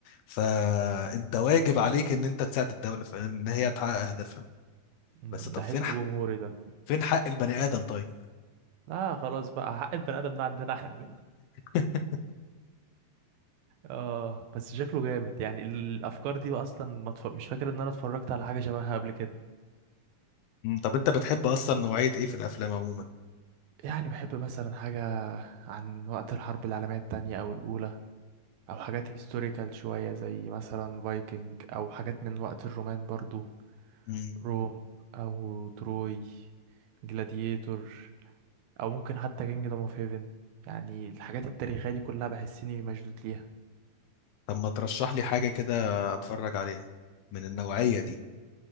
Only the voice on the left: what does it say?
فانت واجب عليك ان انت تساعد الدوله في ان هي تحقق اهدافها
بس طب
فين
حق
فين حق البني ادم طيب
<laughs>
مم، طب انت بتحب اصلا نوعيه ايه في الافلام عموما
مم.
طب ما ترشح لي حاجة كده اتفرج عليها من النوعية دي